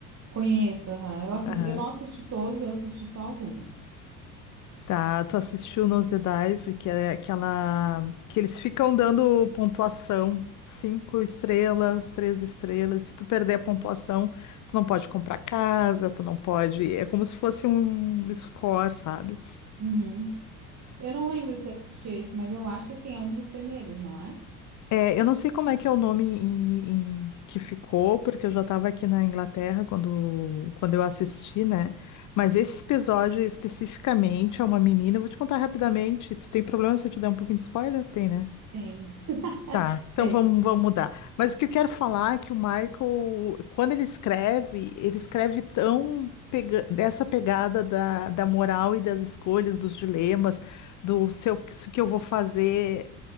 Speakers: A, on the right; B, on the left.
A: Conheço, aham. Eu assisti,
B: Aham.
A: eu não assisti todos, eu assisti só alguns.
B: Tá, tu assistiu Nose Dive, que é aquela que eles ficam dando pontuação, cinco estrelas, três estrelas. Se tu perder a pontuação, tu não pode comprar casa, tu não pode. É como se fosse um score, sabe?
A: Uhum. Eu não lembro se eu assisti esse, mas eu acho que assim, é um dos primeiros, não é?
B: É, eu não sei como é que é o nome em- em- que ficou, porque eu já estava aqui na Inglaterra quando, quando eu assisti, né? Mas esse episódio especificamente é uma menina. Eu vou te contar rapidamente. Tu tem problema se eu te der um pouquinho de spoiler? Tem, né?
A: Tem.
B: Tá, então
A: Tem.
B: vamos, vamos mudar. Mas o que eu quero falar é que o Michael, quando ele escreve, ele escreve tão pega dessa pegada da, da moral e das escolhas, dos dilemas, do se eu- se o que eu vou fazer